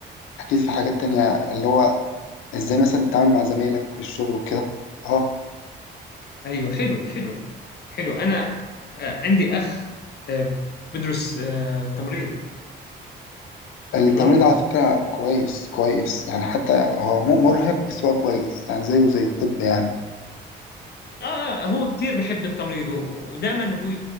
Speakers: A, on the left (about 85°); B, on the left (about 55°).
A: أكيد في حاجات تانية اللي هو إزاي مثلا تتعامل مع زمايلك في الشغل وكده أه
B: ايوه حلو حلو حلو انا آه، عندي اخ آه، بدرس آه، تمريض
A: التمريض
B: بالاردن
A: على فكرة كويس كويس يعني حتى هو مو- مرهق بس هو كويس يعني زيه زي الطب يعني
B: اه آه، هو كثير بحب التمريض و- ودائما هو